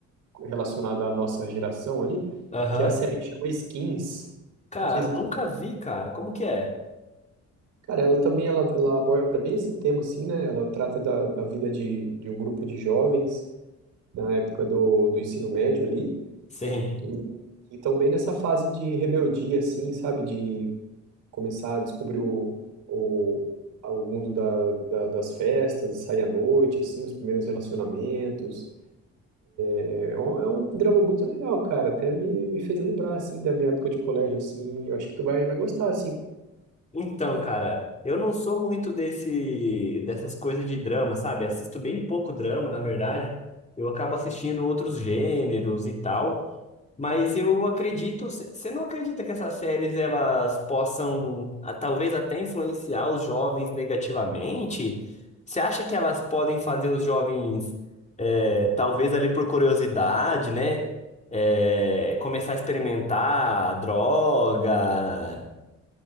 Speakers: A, on the right; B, on the left.
A: relacionada à nossa geração ali,
B: Aham.
A: que é a série que chama Skins.
B: Cara,
A: Não sei se tu
B: nunca
A: já viu.
B: vi, cara. Como que é?
A: Cara, ela também, ela, ela aborda bem esse tema, assim, né? Ela trata da, da vida de, de um grupo de jovens na época do, do ensino médio ali,
B: Sim.
A: e, estão bem nessa fase de rebeldia, assim, sabe? De começar a descobrir o, o, o mundo da, da- das festas, sair à noite, assim, os primeiros relacionamentos. É é um, é um drama muito legal, cara. Até me, me fez lembrar, assim, da minha época de colégio, assim. Eu acho que tu vai, vai gostar, assim.
B: Então, cara, eu não sou muito desse dessas coisas de drama, sabe? Assisto bem pouco drama, na verdade. Eu acabo assistindo outros gêneros e tal. Mas eu acredito, você não acredita que essas séries elas possam ah, talvez até influenciar os jovens negativamente? Você acha que elas podem fazer os jovens, eh, talvez ali por curiosidade, né? eh, começar a experimentar droga,